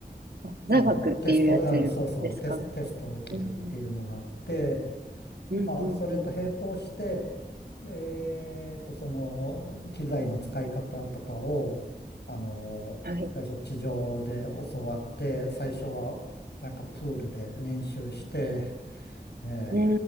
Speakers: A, on the right; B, on the left.
A: あ、座学っていうやつですか
B: あの、テスト、うん、そうそう、テス、テストを受けるっていうのがあって、
A: うん、
B: まあ、
A: うん、うん、
B: それと並行して、
A: うん。
B: えーと、その、機材の使い方とかを、あの、
A: はい。
B: 最初地上で教わって、最初はなんかプールで練習して、ええ、
A: うー